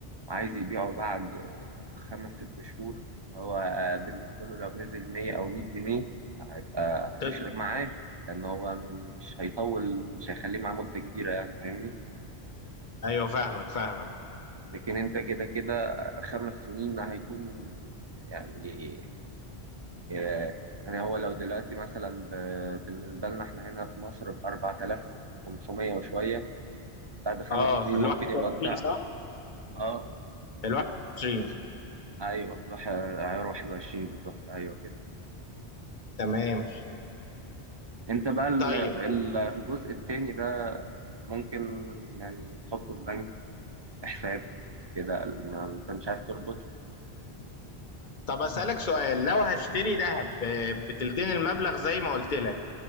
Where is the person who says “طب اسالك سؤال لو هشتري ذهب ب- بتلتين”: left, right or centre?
Left